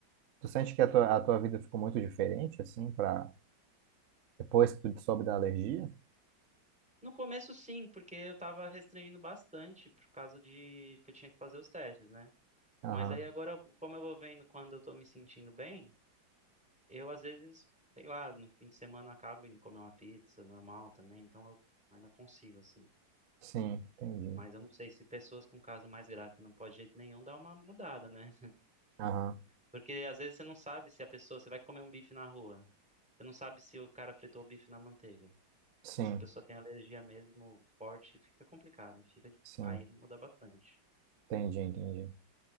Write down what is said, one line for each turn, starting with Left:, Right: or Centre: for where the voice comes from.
Right: Tu sente que a tua, a tua vida ficou muito diferente, assim, pra, depois que tu soube da alergia?
Centre: No começo, sim, porque eu tava restringindo bastante por causa de que eu tinha que fazer os testes, né?
Right: Aham,
Centre: Mas aí agora, como eu vou vendo quando eu tô me sentindo bem, eu às vezes, sei lá, no fim de semana acabo indo comer uma pizza normal também, então eu ainda consigo, assim.
Right: sim, entendi.
Centre: Mas eu não sei se pessoas com caso mais grave que não pode de jeito nenhum dá uma mudada, né?
Right: Aham,
Centre: Porque às vezes você não sabe se a pessoa, você vai comer um bife na rua, você não sabe se o cara fritou o bife na manteiga.
Right: sim,
Centre: Então se a pessoa tem alergia mesmo forte, fica complicado, fica de-
Right: sim,
Centre: aí muda bastante.
Right: entendi, entendi.